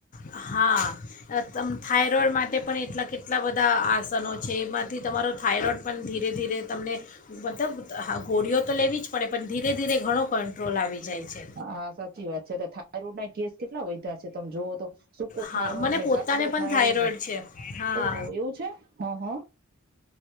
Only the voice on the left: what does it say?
હા તમ થાઈરોઇડ માટે પણ એટલા કેટલા બધા આસનો છે એમાંથી તમારો થાઈરોઈડ પણ ધીરે ધીરે તમને મતલબ ગોળીઓ તો લેવી જ પડે પણ ધીરે ધીરે ઘણો કંટ્રોલ આવી જાય છે
હા
મને
પોતાને
પણ
થાઇરોઇડ
છે હા